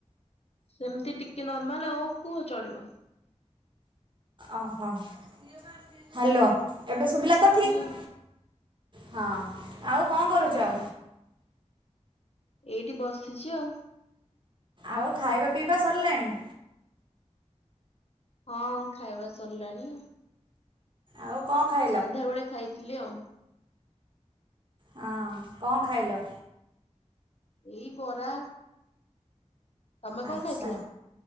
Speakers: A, on the left; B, on the right.
A: ସେମତି ଟିକେ ନର୍ମାଲ ଆଉ କୁହ ଚଳିବ।
B: ଓହୋ ହ୍ୟାଲୋ ଏବେ ଶୁଭିଲା ତ ଠିକ?
A: ହୁଁ
B: ହଁ ଆଉ କଣ କରୁଛ?
A: ହଁ ଏଇଠି ବସିଛି ଆଉ।
B: ଆଉ ଖାଇବା ପିଇବା ସରିଲାଣି?
A: ହଁ ଖାଇବା ସରିଲାଣି।
B: ଆଉ କଣ ଖାଇ
A: ସନ୍ଧ୍ୟାବେଳେ ଖାଇଥିଲି ଆଉ।
B: ହଁ କଣ ଖାଇଲ?
A: ଏଇ ବରା ତମେ
B: ଆଚ୍ଛା
A: କଣ ଖାଇଥିଲ?